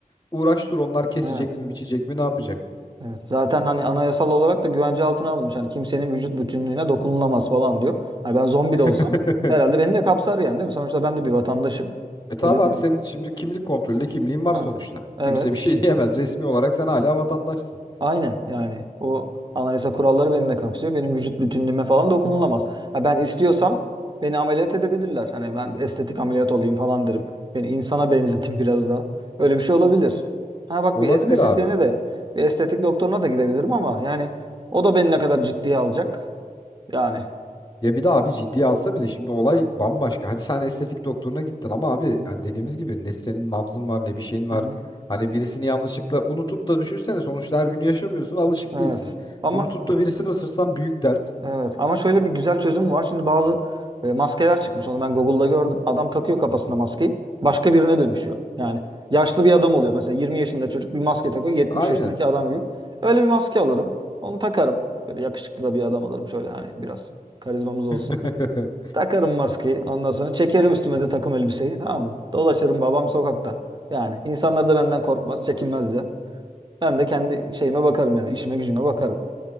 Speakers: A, on the left; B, on the right.
A: Uğraş dur onlar kesecek
B: Evet.
A: mi biçecek mi ne yapacak?
B: Evet. Zaten hani anayasal olarak da güvence altına alınmış. Hani kimsenin vücut bütünlüğüne dokunulamaz falan diyor. Hani ben zombi
A: <laughs>
B: de olsam herhalde beni de kapsar yani değil mi? Sonuçta ben de bir vatandaşım.
A: E tabi
B: Öyle değil
A: abi
B: mi?
A: senin şimdi kimlik kontrolünde kimliğin var
B: Ha.
A: sonuçta.
B: Evet.
A: Kimse bir şey <laughs> diyemez. Resmi olarak sen hala vatandaşsın.
B: Aynen yani o anayasa kuralları beni de kapsıyor. Benim vücut bütünlüğüme falan dokunulamaz. Ha ben istiyorsam beni ameliyat edebilirler. Hani ben estetik ameliyat olayım falan derim. Beni insana benzetin <laughs> biraz daha. Öyle bir şey olabilir. Ha bak
A: Olabilir
B: bir estetisyene
A: abi.
B: de bir estetik doktoruna da gidebilirim ama yani o da beni ne kadar ciddiye alacak. Yani.
A: Ya bir de abi ciddiye alsa bile şimdi olay bambaşka. Hadi sen estetik doktoruna gittin ama abi
B: Hı hı.
A: hani dediğimiz gibi ne senin nabzın var ne bir şeyin var.
B: Hı hı.
A: Hani birisini yanlışlıkla unutup da düşünsene sonuçta her gün yaşamıyorsun alışık
B: Evet.
A: değilsin.
B: Ama
A: Unutup da birisini ısırsan büyük dert.
B: Evet ama şöyle bir güzel çözüm var. Şimdi bazı e, maskeler çıkmış. Onu ben Google'da gördüm. Adam takıyor kafasına maskeyi. Başka birine dönüşüyor. Yani yaşlı bir adam oluyor. Mesela 20 yaşında çocuk bir maske takıyor. 70
A: Aynen.
B: yaşındaki adam gibi. Öyle bir maske alırım. Onu takarım. Böyle yakışıklı da bir adam alırım. Şöyle hani biraz karizmamız olsun.
A: <laughs>
B: <laughs> Takarım maskeyi. Ondan sonra çekerim üstüme de takım elbiseyi. Tamam mı? Dolaşırım babam sokakta. Yani insanlar da benden korkmaz, çekinmez de. Ben de kendi şeyime bakarım yani. işime gücüme bakarım.